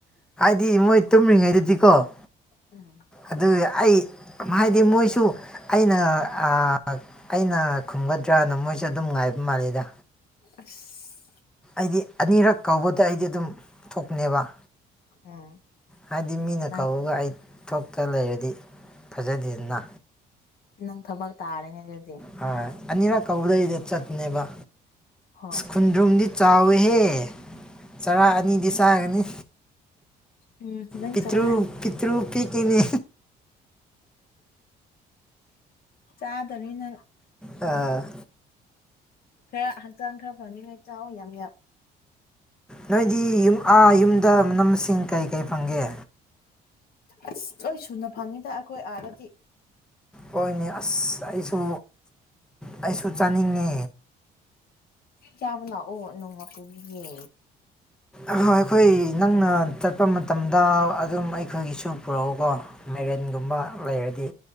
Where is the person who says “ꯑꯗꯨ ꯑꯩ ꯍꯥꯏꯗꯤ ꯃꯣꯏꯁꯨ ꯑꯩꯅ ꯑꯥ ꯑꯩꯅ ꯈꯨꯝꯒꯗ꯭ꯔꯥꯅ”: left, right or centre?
Centre